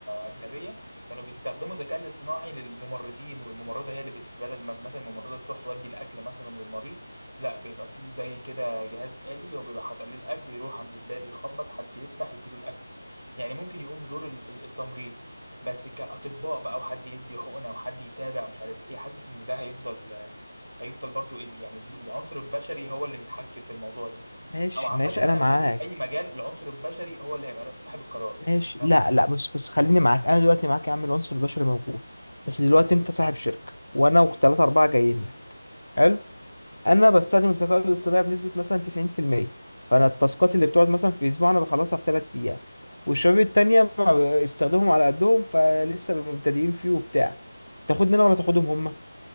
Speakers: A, on the right (about 70°); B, on the left (about 65°).
A: اجنبيه كانوا بيستخدموا الذكاء الاصطناعي للممرضين والممرضه هي اللي بت- بدل ما مثلا الممرضه تروح تودي الاكل مثلا للمريض لا بيبقى فيه زي كده جهاز آلي هو بيبقى حاطط عليه الاكل يروح عند الباب يخبط حد يفتح يديله الاكل يعني ممكن يقوم بدور ال- ال- التمريض بس كاطباء بقى وحد يدي حقنه وحد يتابع مش عارف ايه حاسس ان ده هيفضل هيفضل برضو ال- يعني العنصر البشري هو اللي متحكم في الموضوع ده
B: ماشي
A: او عامه
B: ماشي
A: انا
B: انا معاك
A: بحس في اي مجال العنصر البشري هو اللي هيبقى صاحب القرار
B: ماشي
A: فاهم
B: لا
A: قصدي
B: لا بس بس خليني معاك انا دلوقتي معاك يا عم العنصر البشري موجود بس دلوقتي انت صاحب شركه وانا وثلاثه اربعه جايين لك حلو انا بستخدم الذكاء الاصطناعي بنسبه مثلا 90% فانا التاسكات اللي بتقعد مثلا في اسبوع انا بخلصها في ثلاث ايام والشباب التانية ما- استخدمهم على قدهم فلسه مبتدئين فيه وبتاع تاخدني انا ولا تاخدهم هم